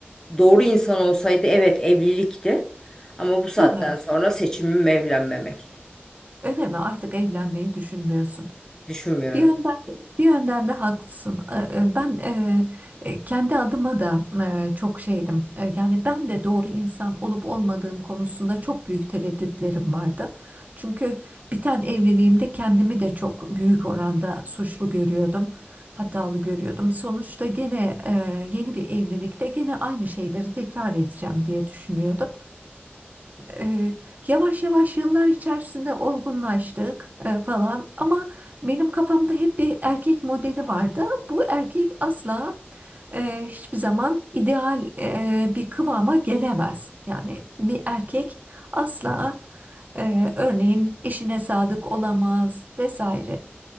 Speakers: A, on the left (about 15°); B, on the right (about 45°).
A: doğru insan olsaydı evet evlilikti. Ama bu saatten
B: Aha,
A: sonra seçimim evlenmemek.
B: Öyle mi? Artık evlenmeyi düşünmüyorsun.
A: Düşünmüyorum.
B: Bir yönden, bir yönden de haklısın. Ee, e, Ben e, e, kendi adıma da e, çok şeydim. E, Yani ben de doğru insan olup olmadığım konusunda çok büyük tereddütlerim vardı. Çünkü biten evliliğimde kendimi de çok büyük oranda suçlu görüyordum. Hatalı görüyordum. Sonuçta gene e, yeni bir evlilikte gene aynı şeyleri tekrar edeceğim diye düşünüyordum e, yavaş yavaş yıllar içerisinde olgunlaştık e, falan ama benim kafamda hep bir erkek modeli vardı. Bu erkek asla e, hiçbir zaman ideal e, bir kıvama gelemez. Yani bir erkek asla e, örneğin eşine sadık olamaz vesaire.